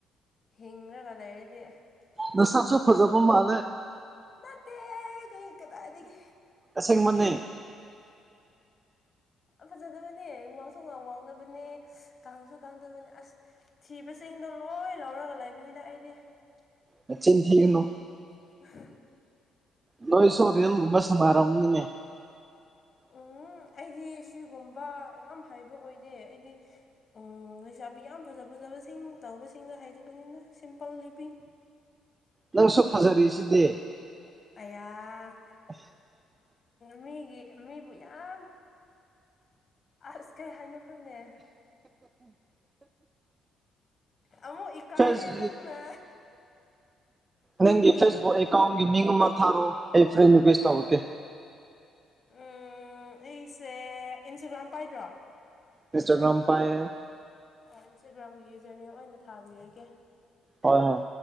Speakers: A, on the left; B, on the right.
A: ꯍꯤꯡꯔꯒ ꯂꯩꯔꯗꯤ
B: ꯅꯁꯥꯛꯁꯨ ꯐꯖꯥꯕ ꯃꯥꯂꯦ
A: ꯅꯠꯇꯦꯍꯦ ꯀꯩ ꯀꯗꯥꯏꯗꯒꯤ
B: ꯑꯁꯦꯡꯕꯅꯦ
A: ꯍꯥ ꯐꯖꯗꯕꯅꯦ ꯋꯥꯡꯁꯨ ꯋꯥ ꯋꯥꯡꯗꯕꯅꯦ ꯀꯥꯡꯁꯨ ꯀꯪꯗꯕꯅꯤ ꯑꯁ ꯊꯤꯕꯁꯤꯡꯗꯣ ꯂꯣꯏ ꯂꯧꯔꯒ ꯂꯩꯕꯅꯤꯗ ꯑꯩꯗꯤ
B: ꯅꯆꯤꯟꯊꯤꯒꯅꯨ
A: <inaudible>
B: ꯅꫭꯏꯁꯨ ꯔꯦꯡ ꯒꯨꯝꯕ ꯁꯥꯟꯅꯥ ꯔꯝꯅꯤꯅꯦ <inaudible>
A: ꯎꯝ ꯑꯩꯗꯤ ꯁꯤꯒꯨꯝꯕ ꯌꯥꯝ ꯍꯩꯕ ꯑꯣꯏꯗꯦ ꯑꯩꯗꯤ ꯎꯝ ꯂꯩꯁꯥꯕꯤ ꯌꯥꯝ ꯐꯖ ꯐꯖꯕ ꯁꯤꯡ ꯇꯧꯕꯁꯤꯅ ꯍꯥꯏꯗꯨꯅꯤꯅ ꯁꯤꯝꯄꯜ ꯂꯤꯚꯡ
B: ꯅꯪꯁꯨ ꯐꯖꯔꯤ ꯁꯤꯗꯤ
A: ꯌꯥ
B: <inaudible>
A: ꯃꯤꯒꯤ ꯃꯤꯕꯨ ꯌꯥꯝ ꯑꯁ ꯀꯩ ꯍꯥꯏꯅꯣ ꯐꯪꯅꯦ ꯑꯃꯨꯛ ꯏꯀꯥꯏꯔꯦ
B: ꯐꯦꯁ
A: ꯅꯪꯅ
B: ꯅꯪꯒꯤ
A: ꯍꯥꯏꯃꯟꯕꯁꯦ
B: ꯐꯦꯁꯕꯨꯛ ꯑꯦꯀꯥꯎꯟꯒꯤ ꯃꯤꯡ ꯃꯛ ꯊꯥꯔꯣ ꯑꯩ ꯐ꯭ꯔꯦꯟ ꯔꯤꯀ꯭ꯋꯦꯁ ꯇꯧꯔꯛꯀꯦ
A: ꯎꯝ ꯑꯩꯁꯦ ꯏꯟꯁꯇꯒ꯭ꯔꯥꯝ ꯄꯥꯏꯗ꯭ꯔꯣ
B: ꯏꯟꯁꯇꯒ꯭ꯔꯝ ꯄꯥꯏꯌꯦ
A: ꯑꯣ ꯏꯟꯁꯇꯥꯒ꯭ꯔꯥꯝꯒꯤ ꯌꯨꯖꯔ ꯅꯦꯝ ꯑꯣꯏꯅ ꯊꯥꯕꯤꯔꯒꯦ
B: ꯍꯣꯏ ꯍꯣꯏ